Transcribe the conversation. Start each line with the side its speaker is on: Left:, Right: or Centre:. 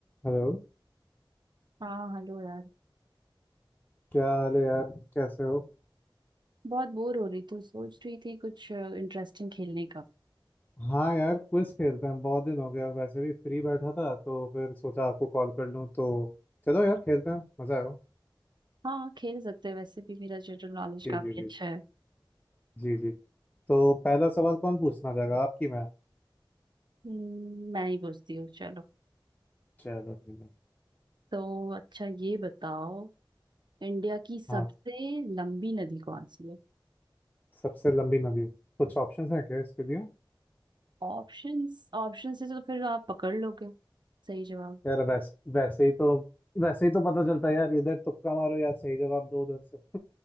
Left: Hello
Right: हाँ हेलो यार
Left: क्या हाल है यार कैसे हो
Right: बहुत बोर हो रही थी सोच रही थी कुछ इंटरेस्टिंग खेलने का
Left: हाँ यार क्विज खेलते हैं बहुत दिन हो गया वैसे भी फ्री बैठा था तो फिर सोचा आपको कॉल कर लूँ तो चलो यार खेलते हैं मज़ा आएगा
Right: हाँ खेल सकते हैं वैसे भी मेरा जनरल नॉलेज
Left: जी
Right: काफी
Left: जी जी
Right: अच्छा है
Left: जी जी तो पहला सवाल कौन पूछना चाहेगा आपकी मैं
Right: हम्म, मैं ही पूछती हूँ चलो
Left: चलो ठीक है
Right: तो अच्छा ये बताओ इंडिया की सबसे
Left: हाँ
Right: लंबी नदी कौन सी है
Left: सबसे लंबी नदी कुछ ऑप्शंस हैं क्या इसके लिए
Right: ऑप्शंस ऑप्शन से तो फिर आप पकड़ लोगे सही जवाब
Left: यार वैसे वैसे ही तो वैसे ही तो पता चलता है यार इधर तुक्का मारो यार सही जवाब दो उधर से